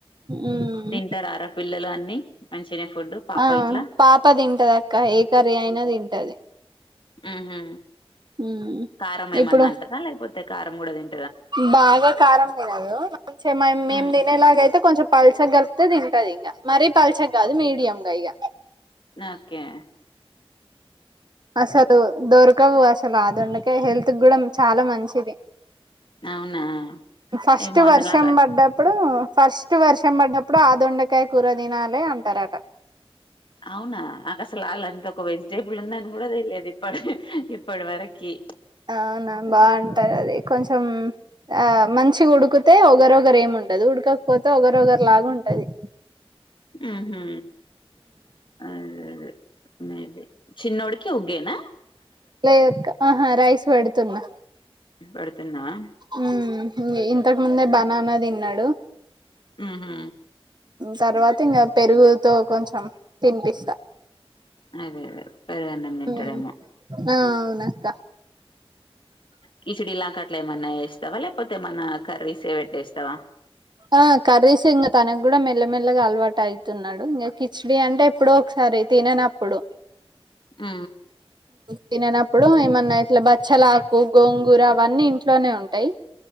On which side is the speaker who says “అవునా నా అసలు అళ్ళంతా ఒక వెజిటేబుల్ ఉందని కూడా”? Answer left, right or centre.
Left